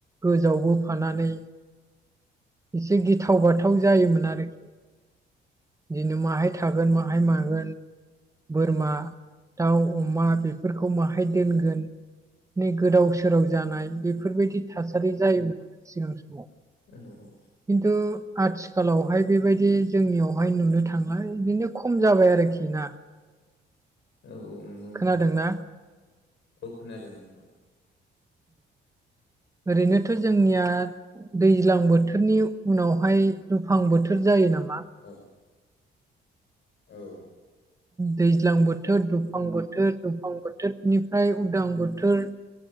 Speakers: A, on the right; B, on the left.
A: गोजावबोफानानै एसे गिथाव- बाथाव जायोमोन आरोखि बिदिनो माहाय थागो मागोन बाहाय मागोन बोरमा, दाउ, अमा बेफोरखौ माहाय दोनगोन नै गोदाव -सोराव जानाय बेफोरबायदि थासारि जायोमोन सिगां समाव।
B: औ औ
A: खिनथु आ आथिखालावहाय बेबायदि जोंनियावहाय नुनो थांला बिदिनो खम जाबाय आरोखि ना।
B: औ औ नंगौ नोंथा
A: खोनादोंना
B: औ खोनादों नोंथाङा।
A: ओरैनोथ' जोंनिया दैज्लां बोथोरनि उनावहाय दुफां -बोथोर जायो नामा?
B: औ औ
A: दैज्लां बोथोर, दुफां बोथोर, दुफां बोथोरनिफ्राय उदां बोथोर,